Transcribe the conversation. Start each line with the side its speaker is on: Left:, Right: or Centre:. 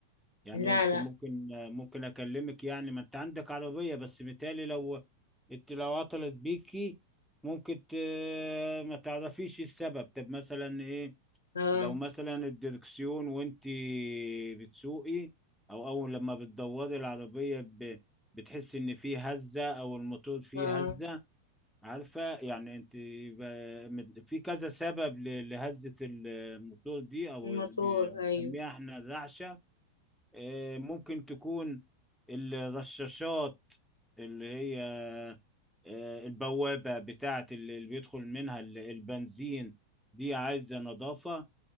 Centre: يعني
Left: لا
Centre: انت
Left: لا
Centre: ممكن ممكن اكلمك يعني ما انت عندك عربية بس متهيألي لو انت لو عطلت بيكي ممكن ت... ما تعرفيش السبب طب مثلا ايه
Left: اه
Centre: لو مثلا الدركسيون وانت بتسوقي او اول لما بتدوري العربية ب... بتحس ان في هزة او الموتور فيه
Left: اه
Centre: هزة عارفة يعني انت ب- مد- في كذا سبب ل- لهزة الموتور دي او
Left: الموتور
Centre: ب- بنسميها
Left: أيوه
Centre: احنا الرعشة اه، ممكن تكون الرشاشات اللي هي اه، البوابة بتاعة اللي اللي بيدخل منها ال- البنزين دي عايزة نظافة